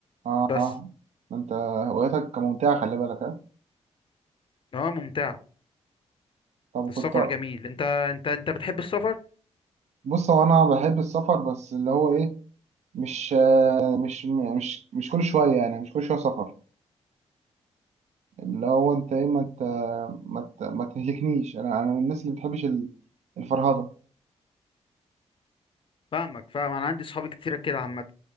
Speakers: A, on the right; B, on the left.
A: اه
B: بس
A: اه ما انت هواياتك ممتعه خلي بالك اه
B: اه ممتع
A: طب
B: السفر
A: كنت
B: جميل انت انت انت بتحب السفر
A: بص هو انا بحب السفر بس اللي هو ايه مش مش يعني مش مش كل شويه يعني مش كل شويه سفر اللي هو انت ايه ما ت- ما ت- ما تهلكنيش انا انا من الناس اللي بتحبش ال- الفرهده
B: فاهمك فاهم انا عندي صحابي كتير كده عامه